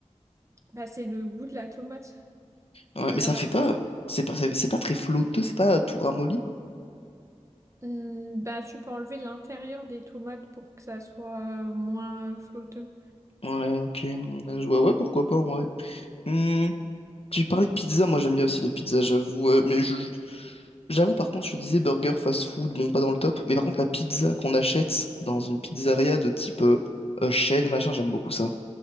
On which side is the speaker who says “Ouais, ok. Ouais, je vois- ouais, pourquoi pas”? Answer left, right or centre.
Left